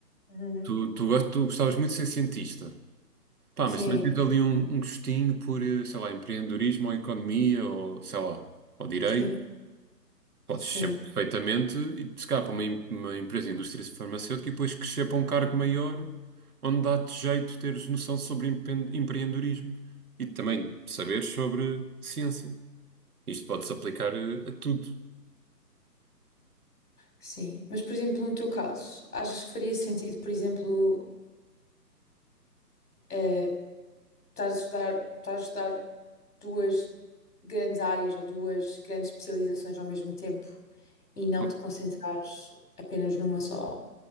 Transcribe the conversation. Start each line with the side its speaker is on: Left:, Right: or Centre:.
Left: Uhum.
Right: Tu, tu, gostas- tu gostavas muito de ser cientista. Pá,
Left: Sim,
Right: mas também tens ali um, um gostinho por, eh, sei lá, empreendedorismo ou economia ou, sei lá, ou direito.
Left: sim,
Right: Podes
Left: sim,
Right: sempre perfeitamente e te escapa uma, em- uma empresa de indústria farmacêutica e depois crescer para um cargo maior, onde dá-te jeito teres noção sobre empen- empreendedorismo e também saber sobre ciência. Isto pode-se aplicar eh, a tudo.
Left: sim. Mas, por exemplo, no teu caso, achas que faria sentido, por exemplo, eh, estar a estudar, estar a estudar duas grandes áreas ou duas grandes especializações ao mesmo tempo e não
Right: O-
Left: te concentrares apenas numa só?